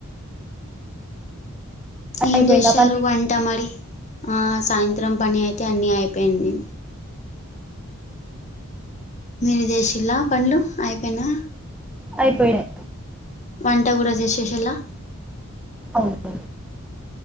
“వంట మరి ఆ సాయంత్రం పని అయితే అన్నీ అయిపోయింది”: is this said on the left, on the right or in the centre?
Left